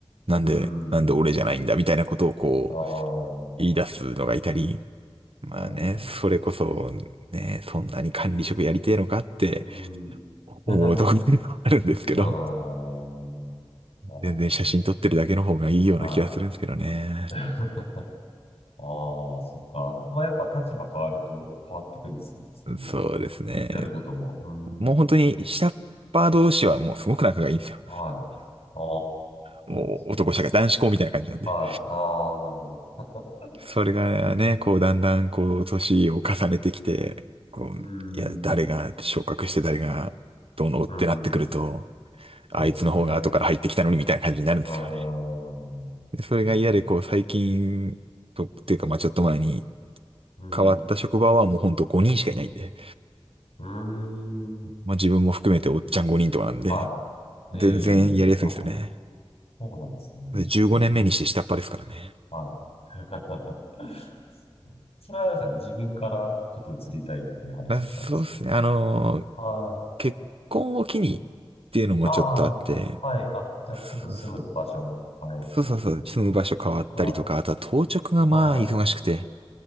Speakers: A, on the right (about 65°); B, on the left (about 75°).
A: なんで、
B: うん。
A: なんで俺じゃないんだみたいなことをこう、
B: ああ、は
A: 言い出すのがいたり、まあね、
B: いはいは
A: それこそ、
B: い。そうですね。
A: ね、そんなに管理職やりてえのかって
B: うん。<laughs>
A: 思うところがあるんですけど、
B: ああ、なるほどね。
A: 全然写真撮ってるだけの方がいいような気がするんですけどね。
B: はい。<laughs> ああ、そっか。まあ、やっぱ立場変わると変わってくんですかね。そういう、
A: そうですね。
B: やることも。うーん。
A: もう本当に下っ端同士はもうすごく仲がいいんですよ。
B: はい。ああ、
A: もう男社会、
B: そうですか。
A: 男子校みたいな感じなんで。
B: はい。ああ、なるほど。<laughs>
A: それがね、こう、だんだん、こう、年を重ねてきて、こう、
B: うーん。
A: いや、誰が昇格して誰がどうのってなってくると、
B: うんうん。そうですね。
A: あいつの方が後から入ってきたのにみたいな感じになるんですよね。
B: うーん。
A: で、それが嫌で、
B: なるほど。
A: こう、最近、と、っていうか、まあちょっと前に
B: うん。
A: 変わった職場はもうほんと5人しかいないんで、
B: うーん。
A: まあ自分も含めておっちゃん5人とかなんで、
B: はい。
A: 全然やりやすいんですよね。
B: ええあ、そうなんですね。
A: で15年目にして下っ端ですからね。
B: うーん。はい。<laughs> それはあれですか、自分からちょっと移りたいっていう話をしたんですか
A: まあ、そうですね。あのー
B: はい。
A: 結婚を機にっていうのもちょっとあって、
B: ああ、はい。あ、じゃあ、
A: そうそう。
B: ちょっと住む場所も変えて。
A: そうそうそう、住む場所変わったりとか、
B: あ、
A: あとは当直がまあ忙しくて、
B: はいはい。